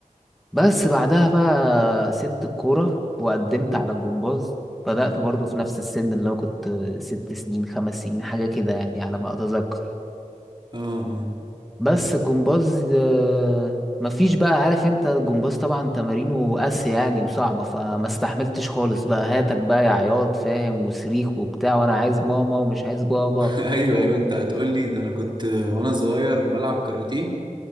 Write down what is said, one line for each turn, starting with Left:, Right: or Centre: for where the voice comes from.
Centre: بس بعدها بقى سبت الكورة وقدمت على الجمباز بدأت برضو في نفس السن اللي هو كنت ست سنين خمس سنين حاجة كده يعني على ما أتذكر
Right: اه اه
Centre: بس الجمباز ده مفيش بقى عارف انت الجمباز طبعا تمارينه قاسية يعني وصعبة فما استحملتش خالص بقى هاتك بقى يا عياط فاهم وصريخ وبتاع وانا عايز ماما ومش عايز بابا
Right: <laughs> ايوه ايوه انت هتقول لي ده انا كنت وانا صغير بلعب كاراتيه